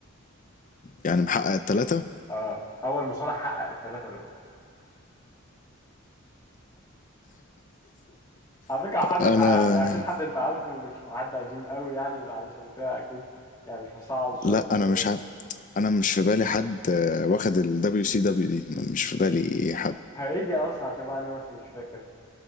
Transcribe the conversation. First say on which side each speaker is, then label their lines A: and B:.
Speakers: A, on the left; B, on the left.
A: يعني محقق التلاتة
B: اه أول مصارع حقق الثلاثة دول على فكرة حد
A: انا
B: أنت يعني أكيد حد أنت عارفه مش حد قديم قوي يعني عشان كده أكيد يعني مش هصعب السؤال
A: لا انا
B: ده
A: مش عارف انا مش في بالي حد آه، واخد الدبليو سي دبليو دي مش في بالي حد
B: هي دي أصلا عشان بقى أنا نفسي مش فاكر